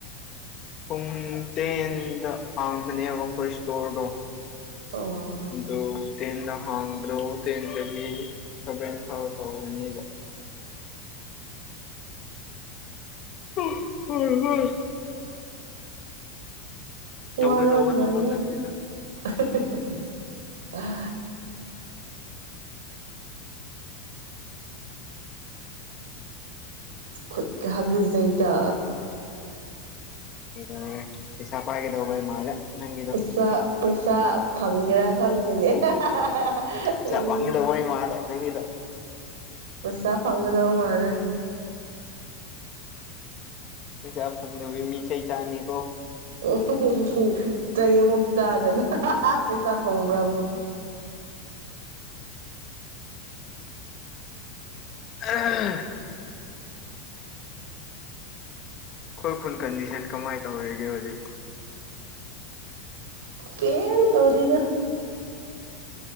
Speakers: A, on the left (about 25°); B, on the right (about 85°).
A: ꯄꯨꯡ ꯇꯦꯟꯗ ꯍꯥꯡꯕꯅꯦꯕ ꯑꯩꯈꯣꯏ ꯁ꯭ꯇꯣꯔꯗꯣ
B: ꯑꯣ
A: ꯑꯗꯨ ꯇꯦꯟꯗ ꯍꯥꯡꯕꯗꯣ ꯇꯦꯟꯗꯒꯤ ꯁꯕꯦꯟ ꯐꯥꯎ ꯇꯧꯒꯅꯤꯕ ꯎ ꯎꯝ ꯎꯝ <unintelligible> ꯇꯧꯒꯗꯧꯕ
B: ꯋꯥꯔꯧꯒꯅꯤ
A: ꯊꯕꯛ ꯅꯠꯇꯦꯗ
B: <unintelligible> ꯈꯨꯠꯀ ꯍꯥꯒꯠꯖꯩꯗ
A: ꯀꯩꯗꯧꯔꯦ ꯄꯩꯁꯥ ꯄꯥꯏꯒꯗꯧꯕꯩ ꯃꯥꯜꯂꯦ ꯅꯪꯒꯤꯗꯣ
B: ꯄꯩꯁꯥ ꯄꯩꯁꯥ ꯐꯪꯒꯦꯔꯥ ꯈꯪꯗꯦꯅꯦ <unintelligible> <unintelligible>
A: ꯄꯩꯁꯥ
B: ꯎꯝ
A: ꯋꯥꯡꯒꯗꯧꯕꯩ ꯃꯥꯜꯂꯦ ꯅꯪꯒꯤꯗꯣ
B: ꯄꯨꯁꯥ ꯐꯪꯒꯗꯧꯕ ꯃꯥꯜꯂꯦ
A: ꯄꯩꯁꯥ ꯐꯪꯗꯕꯤ ꯃꯤ ꯆꯩ ꯆꯥꯅꯤꯀꯣ
B: ꯎꯝ <unintelligible> ꯆꯩ ꯑꯃꯨꯛ ꯆꯥꯗꯅ <unintelligible> ꯄꯩꯁꯥ ꯐꯪꯕ꯭ꯔꯕꯨ
A: ꯑ <unintelligible> ꯑꯩꯈꯣꯏ ꯈꯨꯟ ꯀꯟꯗꯤꯁꯟ ꯀꯃꯥꯏꯅ ꯇꯧꯔꯤꯒꯦ ꯍꯧꯖꯤꯛ
B: ꯀꯦꯝ ꯇꯧꯗꯦꯗ